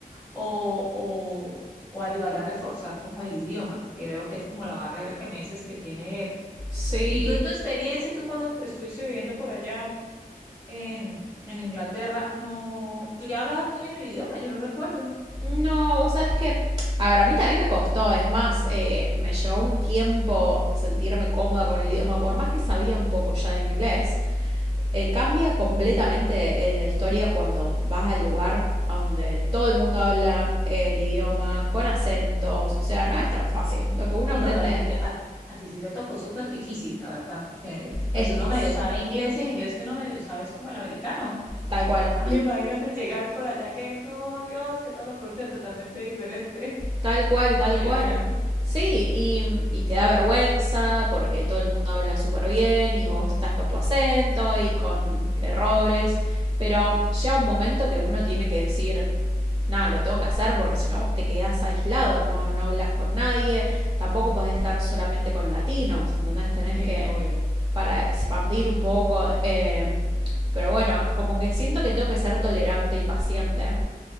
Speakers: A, on the left; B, on the right.
A: o, o, o ayudarle a reforzar como el idioma, que veo que es como la barrera que me dices que tiene él.
B: sí.
A: Y tú en tu experiencia, tú cuando te estuviste viviendo por allá en, en Inglaterra, no, tú ya hablabas muy bien el idioma, yo no recuerdo.
B: No, vos sabés que, a ver, a mí también me costó, es más, eh, me llevó un tiempo sentirme cómoda con el idioma, por más que sabía un poco ya de inglés, eh, cambia completamente eh, la historia cuando vas al lugar donde todo el mundo habla el idioma con acentos, o sea, no es tan fácil. Lo que uno
A: Uy,
B: aprende
A: no, pero a ti, te, a, a ti sí te tocó súper difícil, la verdad, porque pues
B: es
A: uno
B: que es
A: medio sabe inglés y el inglés que uno medio sabe es como el americano.
B: tal
A: <laughs>
B: cual,
A: Ahora imagínate llegar por allá que, no, Dios, que todo lo pronuncia totalmente diferente,
B: Tal cual,
A: <laughs>
B: tal
A: la mayoría,
B: cual.
A: ¿no?
B: Sí, y, y te da vergüenza porque todo el mundo habla súper bien y vos estás con tu acento y con errores, pero llega un momento que uno tiene que decir, nada, lo tengo que hacer porque si no te quedas aislado, no, no hablas con nadie, tampoco podés estar solamente con latinos, entonces tenés
A: Sí,
B: que,
A: obvio.
B: para expandir un poco, eh, pero bueno, como que siento que tengo que ser tolerante y paciente.